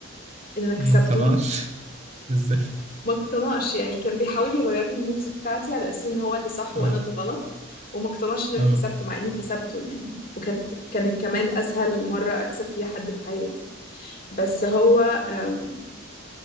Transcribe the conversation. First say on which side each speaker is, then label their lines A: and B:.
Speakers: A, on the left; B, on the right.
A: ان انا كسبته
B: ما بتقنعش <laughs> ازاي
A: ما اقتنعش يعني كان بيحاول يغير لي الموفز بتاعتي على اساس ان هو اللي صح
B: اه
A: وانا اللي غلط وما اقتنعش ان انا
B: اه
A: كسبته مع اني كسبته يعني وكانت كانت كمان اسهل مره اكسب فيها حد في حياتي بس هو آم،